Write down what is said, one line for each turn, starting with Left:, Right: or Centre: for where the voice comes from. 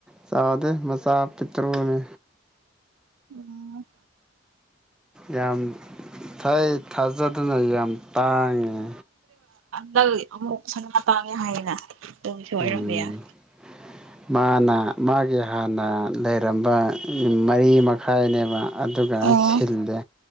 Centre: ꯆꯥꯎꯗꯦ ꯃꯆꯥ ꯄꯤꯛꯇ꯭ꯔꯨꯅꯦ
Right: ꯑꯣ
Centre: ꯌꯥꯝ ꯊꯥꯏ ꯊꯥꯖꯗꯅ ꯌꯥꯝ ꯇꯥꯡꯉꯤꯅꯦ
Right: ꯇꯒꯤ ꯑꯃꯨꯛ ꯁꯅꯥ ꯇꯥꯡꯉꯦ ꯍꯥꯏꯌꯦꯅ ꯑꯗꯨꯒꯤꯁꯨ ꯑꯣꯏꯔꯝꯕ
Centre: ꯎꯝ
Right: ꯌꯥꯏ
Centre: ꯃꯥꯅ ꯃꯥꯒꯤ ꯍꯥꯟꯅ ꯂꯩꯔꯝꯕ ꯎꯝ ꯃꯔꯤꯃ ꯃꯈꯥꯏꯅꯦꯕ ꯑꯗꯨꯒ
Right: ꯑꯣ
Centre: ꯁꯤꯜꯂꯦ